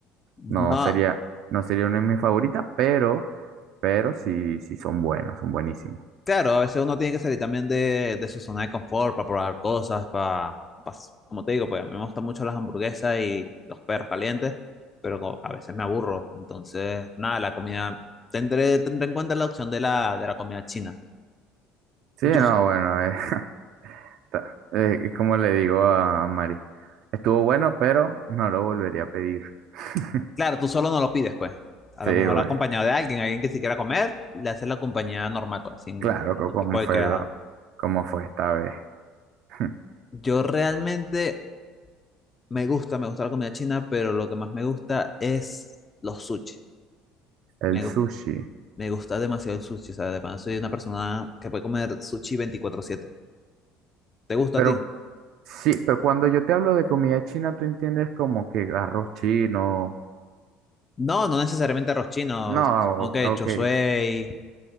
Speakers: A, on the left; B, on the right.
A: No,
B: no sería, no sería una de mis favoritas, pero, pero sí, sí son buenas, son buenísimas.
A: Claro, a veces uno tiene que salir también de, de su zona de confort para probar cosas, para, como te digo, pues a mí me gustan mucho las hamburguesas y los perros calientes, pero co- a veces me aburro. Entonces, nada, la comida, tendré, tendré en cuenta la opción de la, de la comida china.
B: Sí,
A: Yo,
B: no, bueno, eh, <laughs> ta- eh, es como le digo a Mari, estuvo bueno, pero no lo volvería a pedir. <laughs>
A: claro, tú solo no lo pides, pues. A
B: Sí,
A: lo mejor
B: güey.
A: acompañado de alguien, alguien que sí quiera comer, le haces la compañía normal, pues, sin
B: Claro,
A: ningún
B: co- como
A: tipo de
B: fue,
A: queja.
B: la- como fue esta vez, <laughs>
A: Yo realmente me gusta, me gusta la comida china, pero lo que más me gusta es los sushi. Me,
B: el sushi.
A: gus- Me gusta demasiado el sushi, o sea, de pana soy una persona que puede comer sushi 24/7. ¿Te gusta
B: Pero
A: a ti?
B: sí, pero cuando yo te hablo de comida china, tú entiendes como que arroz chino.
A: No, no necesariamente arroz chino,
B: No,
A: como
B: o-
A: que chosuey,
B: ok.